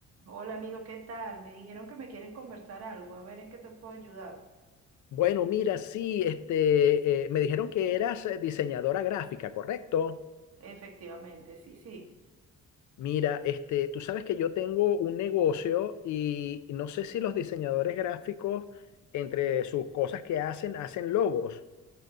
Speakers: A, on the right; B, on the left.
A: Hola amigo, ¿qué tal? Me dijeron que me quieres conversar algo, a ver en qué te puedo ayudar.
B: Bueno, mira, sí, este, eh, me dijeron que eras eh, diseñadora gráfica, ¿correcto?
A: Efectivamente, sí, sí.
B: Mira, este, tú sabes que yo tengo un negocio y, y no sé si los diseñadores gráficos, entre sus cosas que hacen, hacen logos.